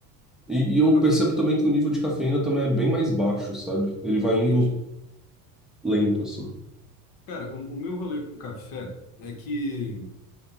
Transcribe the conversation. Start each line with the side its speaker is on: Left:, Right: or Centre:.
Centre: e, e eu
Left: Ok,
Centre: percebo também que o nível de cafeína também é bem mais baixo, sabe? Ele vai
Left: entendi.
Centre: indo lento, assim.
Left: Cara, o, o meu rolê com café é que.